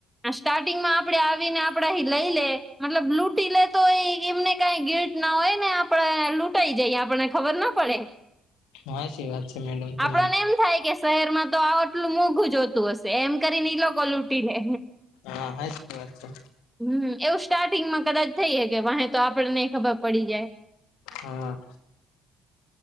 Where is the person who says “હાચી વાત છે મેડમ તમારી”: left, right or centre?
Left